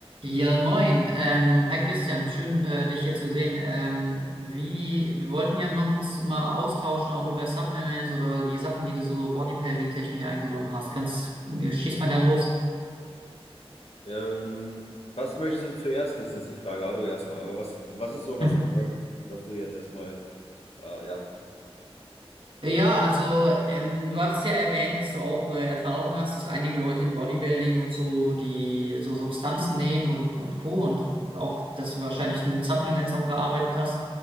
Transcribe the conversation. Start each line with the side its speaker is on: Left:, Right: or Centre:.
Right: Ja, moin. Ähm, hi Christian, schön äh, dich hier zu sehen. Ähm, wie, wir wollten ja noch uns mal austauschen, auch über Supplements oder die Sachen, die du so bodybuilding-technisch eingenommen hast. Kannst, äh, schieß mal gern los.
Left: Ähm, was möchtest du zuerst wissen, ist die Frage. Hallo erstmal. Aber was, was ist so,
Right: <laughs>
Left: was, was, was du jetzt erstmal, äh, ja.
Right: Ja, also ähm, du hattest ja erwähnt, dass du auch äh, Erfahrung hast, dass einige Leute im Bodybuilding und so, die so Substanzen nehmen und, und Co. und auch, dass du wahrscheinlich mit Supplements auch gearbeitet hast.